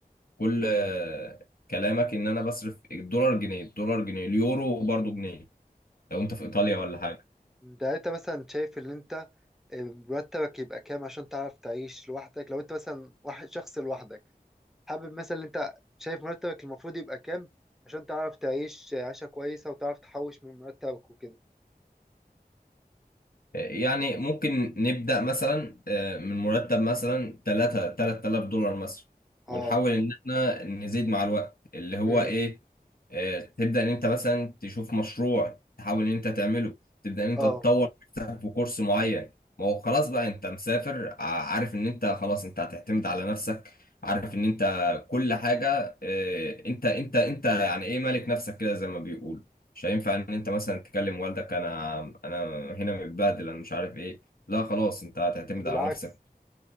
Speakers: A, on the left (about 65°); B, in the centre.
A: كل آه، كلامك ان انا بصرف الدولار جنيه الدولار جنيه اليورو برضو جنيه لو انت في ايطاليا ولا حاجة
B: ده انت مثلا شايف ان انت آه، مرتبك يبقى كام عشان تعرف تعيش لوحدك لو انت مثلا واحد شخص لوحدك حابب مثلا ان انت شايف مرتبك المفروض يبقى كام عشان تعرف تعيش عيشة كويسة وتعرف تحوش من مرتبك وكده
A: يعني ممكن نبدأ مثلا آه، من مرتب مثلا 3 3000 دولار مثلا ونحاول
B: اه
A: ان احنا نزيد مع الوقت اللي هو
B: امم
A: ايه آه، تبدأ ان انت مثلا تشوف مشروع تحاول ان انت تعمله تبدأ ان انت
B: اه
A: تطور نفسك في كورس معين ما هو خلاص بقى انت مسافر ع- عارف ان انت خلاص انت هتعتمد على نفسك عارف ان انت كل حاجة آه، انت انت انت يعني ايه مالك نفسك كده زي ما بيقولوا مش هينفع ان انت مثلا تكلم والدك انا انا هنا متبهدل انا مش عارف ايه لا خلاص انت هتعتمد
B: ده بالعكس
A: على نفسك